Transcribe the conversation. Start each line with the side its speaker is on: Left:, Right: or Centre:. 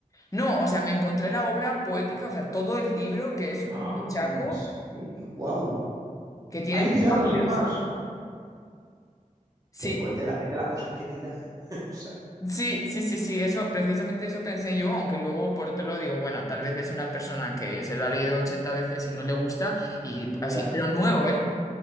Left: no, o sea, me encontré la obra poética, o sea, todo el libro que es
Right: ¡Ah!
Left: un tochaco
Right: ¿En serio? ¡Wow!
Left: que tiene
Right: Ahí
Left: mil
Right: tirado
Left: páginas.
Right: sin más.
Left: Sí.
Right: Qué fuerte la gente las cosas que tira, ¿eh? <laughs> O sea,
Left: Sí, sí, sí, sí, eso, precisamente eso pensé yo, aunque luego por otro lado digo, bueno, tal vez es una persona que se lo ha leído 80 veces y no le gusta, y
Right: ya.
Left: así, pero nuevo, ¿eh?